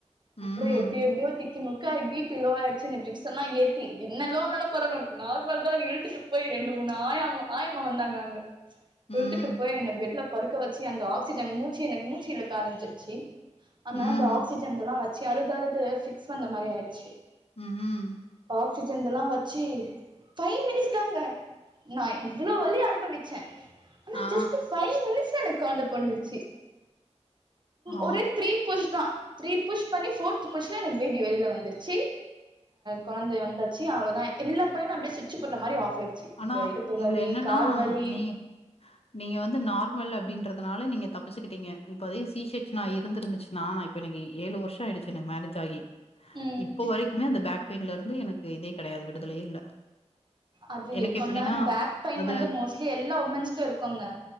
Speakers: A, on the right; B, on the left.
A: அப்புறம்
B: ம்.
A: எப்படி எப்படியோ திக்கி முக்க பீபி லோ ஆயிடுச்சுன்னு டிரிப்ஸ் ஸல்லாம் ஏத்தி என்னலோனாலு பரவால்ல உனக்கு நார்மல் தானு இழுத்துட்டு போயி ரெண்டு மூணு ஆயாம்மா ஆயம்மா வந்தாங்க அங்க
B: ம்.
A: இழுத்துட்டு போய் என் பெட்ல பருக்க வச்சு அந்த ஆக்சிஜன் மூச்சு எனக்கு மூச்சிலுக்க ஆரம்பிச்சிருச்சு அதனாலா
B: ம்.
A: இந்த ஆக்சிஜன்ல்லாம் வச்சு அழுது அழுது பிக்ஸ் வந்த மாதிரி ஆயிடுச்சு
B: உஹம்
A: ஆக்சிஜன்ல்லாம் வச்சு பைவ் மினிட்ஸ் தாங்க நான் இவ்ளோ வலிய அனுபவிச்சேன் ஆனா
B: ஆ.
A: ஜஸ்ட் பை் மினிட்ஸ்ல எனக் கொழந்த பொறந்துருச்சி
B: ஆ.
A: ஒரே த்ரீ புஷ் தான் த்ரீ புஷ் பண்ணி ஃபோர்த் புஷ்ல எனக்கு பேபி வெளில வந்துருச்சி கொழந்தை வாந்தாச்சி அவ்ளோதான் எல்லா பைனு அப்படியே ஸ்விட்ச்சு போட்ட மாரி ஆஃப் ஆயிடுச்சு
B: ஆனா
A: இந்த இடுப்பு
B: இதுல
A: வலி
B: என்னன்னா
A: கால் வலி
B: நீ நீங்க வந்து நார்மல் அப்படின்றத் தனால நீங்க தப்பிச்சுக்கிட்டீங்க இப்ப அதே சீசேக்ஷனா இரு இருந்துச்சுன்னான் இப்ப எனக்கு ஏழு வருஷம் ஆயிச்சு எனக்கு மேரேஜ் ஆகி
A: ம்
B: இப்போ வரைக்குமே அந்த பேக் பெயின்ல இருந்து எனக்கு இதே கிடையாது விடுதலயே இல்ல
A: அது
B: எனக்கு
A: இருக்கும்
B: எப்டின்னா
A: தான் பேக் பெயின்
B: அது
A: வந்து மோஸ்ட்லி எல்லா உமன்ஸ்கும் இருக்குங்க